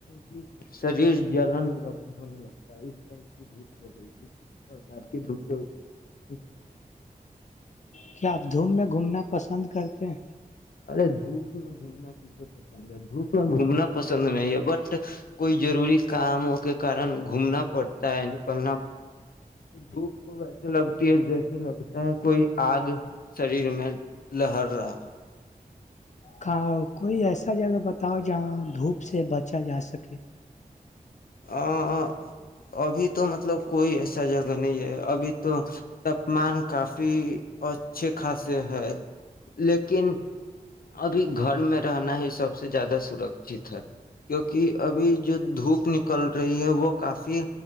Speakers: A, on the left; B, on the left.
A: بیس <unintelligible> شریر جلن ل ہونے لگتا ک کی دھو ہو رہی ہے پرکار کے درپوگ <unintelligible>
B: کیا آپ دھوم میں گھومنا پسند کرتے ہیں <unintelligible>
A: ارے دھوپ میں گھومنا کیسے پسند ہے دھوپ میں گھومنا پسند نہیں ہے بٹ کوئی ضروری کاموں کے کارن گھومنا پڑتا ہے کرناتا دھوپ تو ویسے لگتی ہے جیسے لگتا ہے کوئی آگ شریر میں لہر رہا
B: کا کوئی ایسا جگہ بتاؤ جہاں دھوپ سے بچا جا سکے
A: ا ابھی تو مطلب کوئی ایسا جگہ نہیں ہے ابھی تو تاپمان کافی اچھے خاصے ہے لیکن ابھی گھر میں رہنا ہی سب سے زیادہ سرکچت ہے کیوںکہ ابھی جو دھوپ نک کل رہی ہے وہ کافی